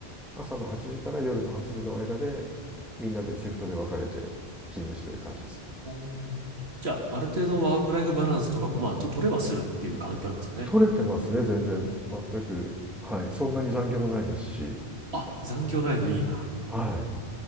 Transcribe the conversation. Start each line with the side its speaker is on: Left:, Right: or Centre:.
Centre: 朝の8時から夜の8時の間でみんなでシフトで分かれて勤務してる感じです
Right: うん。うんじゃあ、ある程度ワークライフバランスとかも、まあ、と、取ればするっていう環境なんですかね。
Centre: 取れてますね全然全くはいそんなに残業もないですし
Right: あ、残業ないのいいな。
Centre: はい